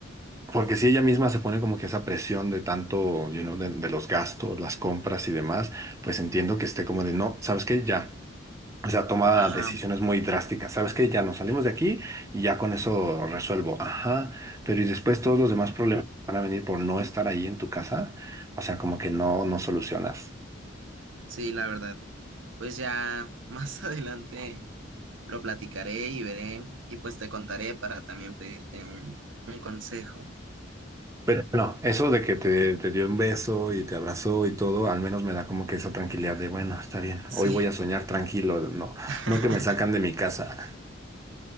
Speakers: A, on the right; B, on the right.
A: Porque si ella misma se pone como que esa presión de tanto, you know, de, de los gastos, las compras y demás, pues entiendo que esté como de, no, ¿sabes qué? Ya. O sea, toma
B: Ajá,
A: decisiones muy drásticas. ¿Sabes qué? Ya nos salimos de aquí y ya con eso resuelvo. Ajá. Pero y después todos los demás problemas van a venir por no estar ahí en tu casa. O sea, como que no, no solucionas.
B: sí, la verdad. Pues ya <laughs> más adelante lo platicaré y veré y pues te contaré para también pedirte un, un consejo.
A: Pero no, eso de que te, te dio un beso y te abrazó y todo, al menos me da como que esa tranquilidad de, bueno, está bien, hoy
B: Sí,
A: voy a soñar tranquilo, no,
B: <laughs>
A: no que me sacan de mi casa.